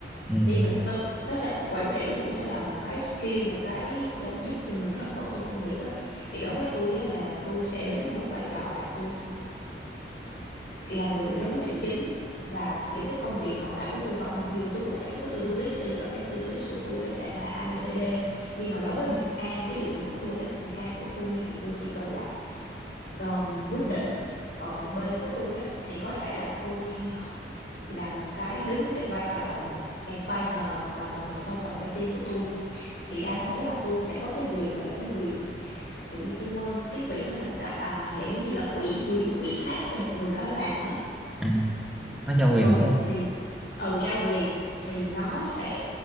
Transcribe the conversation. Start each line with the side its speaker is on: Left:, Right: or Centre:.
Centre: ừ
Left: thì mình mà nó sẽ quản trị nó cũng sẽ là một cái skill một cái cho, giúp cho mình rất là tốt trong công việc á thì đối với tôi á, là tôi sẽ đứng ở một vai trò là tôi là người đưa ra quyết định chính và những cái công việc còn lại của tôi vật mặc dù tôi cũng sẽ có cái to-do list đi và cái to-do list của tôi sẽ là A B C D nhưng mà đối với việc A ví dụ mà của tôi á việc A của tôi thì tôi chỉ cần là um, quyết định còn việc B của tôi á thì có thể là tôi là một cái đứng ở vai trò là một advisor hoặc là một consultant cho team của tôi thì đa số là tôi sẽ có cái quyền gọi là cái quyền tự nhiên tôi quên tiếng Việt nó là gì ta à, dạng giống như là ủy quyền ủy thác cho một người đó làm á
Centre: à, có trao
Left: ừ
Centre: quyền đúng không
Left: thì ừ trao quyền thì nó sẽ